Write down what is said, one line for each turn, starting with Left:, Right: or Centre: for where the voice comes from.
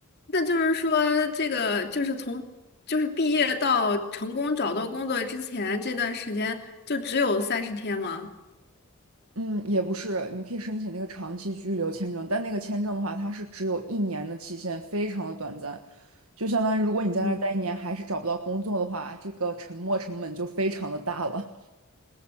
Left: 那就是说，这个就是从就是毕业到成功找到工作之前这段时间，就只有三十天吗？
Right: 嗯，也不是，你可以申请那个长期居留签证，但那个签证的话，它是只有一年的期限，非常的短暂。就相当于如果你在那儿待一年还是找不到工作的话，
Left: 嗯，
Right: 这个沉没成本就非常的大了，